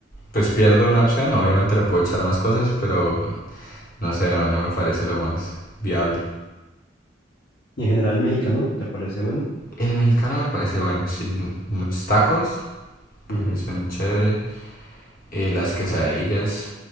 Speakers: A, on the left; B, on the left.
A: pues pierdo una opción. Obviamente le puedo echar más cosas, pero no sé, no, no me parece lo más viable.
B: Y en general el mexicano, ¿te parece bueno?
A: El mexicano me parece bueno, sí. el- Los tacos
B: Ujú.
A: parecen chéveres. Eh, las quesadillas